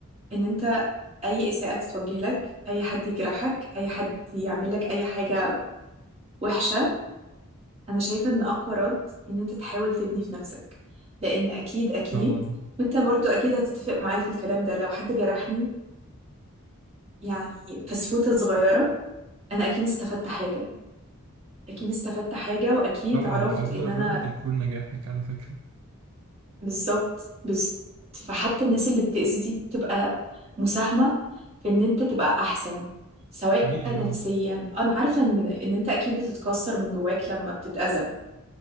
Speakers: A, on the right (about 30°); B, on the right (about 70°).
A: إن أنت أي إساءة تتوجه لك أي حد يجرحك أي حد يعمل لك أي حاجة وحشة أنا شايفة إن أقوى رد إن أنت تحاول تبني في نفسك لأن أكيد أكيد
B: طبعا
A: وأنت برضو أكيد هتتفق معايا في الكلام ده لو حد جرحني يعني فسفوتة صغيرة أنا أكيد استفدت حاجة أكيد استفدت حاجة وأكيد
B: طبعا
A: عرفت
B: وافضل
A: إن أنا
B: رد يكون نجاحك على فكرة
A: بالظبط بالظبط فحتى الناس اللي بتأذي دي بتبقى مساهمة في إن أنت تبقى أحسن سواء
B: حقيقي
A: نفسيا
B: اه
A: أنا عارفة إن إن أنت أكيد بتتكسر من جواك لما بتتأذى